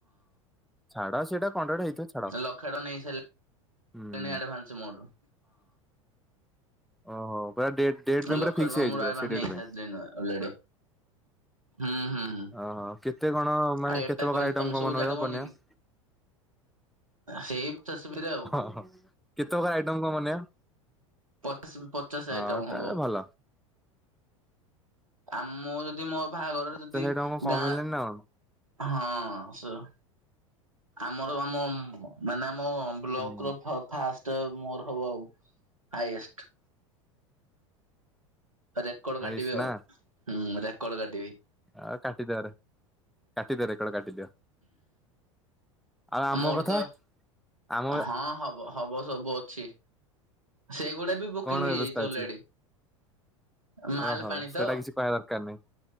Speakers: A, in the centre; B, on the right.
A: ଛାଡ ସେଟା କଣ୍ଡା ହେଇଥିବ। ଛାଡ।
B: ଲକ୍ଷେ ଟଙ୍କା ନେଇ ସାରିଲେଣି
A: ହୁଁ
B: ଆଡଭାନ୍ସ ମୋଠୁ।
A: ଓହୋ, ପୁରା ଡେଟ୍? ଡେଟ୍ ପାଇଁ
B: ଲକ୍ଷେ
A: ପୁରା ଫିକ୍ସ
B: ଟଙ୍କା
A: ହେଇଯାଇଛି
B: ମୁଁଳା
A: ପୁରା ସେ
B: ନେଇ
A: ଡେଟ୍ ପାଇଁ।
B: ସାରିଚେ ଅଲରେଡି, ହୁଁ ହୁଁ।
A: ଓହୋ, କେତେ କଣ? ମାନେ
B: ରେଟ୍
A: କେତେ
B: ଟା
A: ପ୍ରକାର
B: କହିଲେ
A: ଆଇଟମ
B: ତମେ
A: କଣ
B: ସବୁ
A: ବନେଇବ
B: ଜାଣିଦବନି
A: ବନେଇବ?
B: କି ସେଇ <unintelligible> ଆଉ।
A: ଅ ହ କେତେ ପ୍ରକାର ଆଇଟମ କଣ ବନେଇବ?
B: ପଚାଶ, ପଚାଶ
A: ହଁ
B: ଆଇଟମ
A: ତାହେଲେ
B: ହବ,
A: ଭଲ
B: ଆମ ଯଦି ମୋ ବାହାଘରରେ
A: ପଚାଶ
B: ଯଦି
A: ଆଇଟମ କଣ କମ
B: ଗାଁ
A: ହେଲାଣି ନା କଣ?
B: ହଁ ସ ଆମର ଆମ ମାନେ ଆମ ବ୍ଲକ୍
A: ହୁଁ
B: ର ଫ ଫାଷ୍ଟ ମୋର ହବ ଆଉ ହାଇଏଷ୍ଟେ। ରେକର୍ଡ
A: ହାଇଏଷ୍ଟ
B: କାଟିବି ଆଉ,
A: ନା
B: ହୁଁ ରେକର୍ଡ କାଟିବି।
A: ଆ କାଟିଦିରେ କାଟିଦିରେ ରେକର୍ଡ କାଟିଦିଅ। ଆଉ ଆମ
B: ମୋର
A: କଥା
B: ତ,
A: ଆମ
B: ହଁ ହବ। ହବ ସବୁ ଅଛି, ସେଇଗୁଡା ବି ବୁକିଂ
A: କଣ
B: ହେଇଯାଇଛି
A: ବ୍ୟବସ୍ଥା
B: ଅଲରେଡି
A: ଅଛି?
B: ମାଲ
A: ଓହୋ,
B: ପାଣି ତ?
A: ସେଟା କିଛି କହିବା ଦରକାର ନାହିଁ।